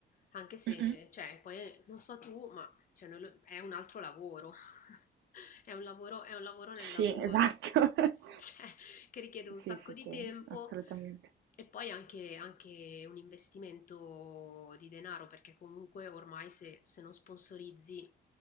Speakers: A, on the left (about 45°); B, on the right (about 70°).
A: anche se,
B: Mh-mh.
A: cioè, poi eh, non so tu, ma cioè, noi lo- è un altro lavoro. <laughs> È un lavoro, è un lavoro nel
B: Sì,
A: lavoro,
B: esatto. <laughs>
A: <laughs> cioè, che richiede un
B: Sì,
A: sacco
B: sì,
A: di
B: sì,
A: tempo
B: assolutamente.
A: e poi anche, anche un investimento di denaro, perché comunque ormai se, se non sponsorizzi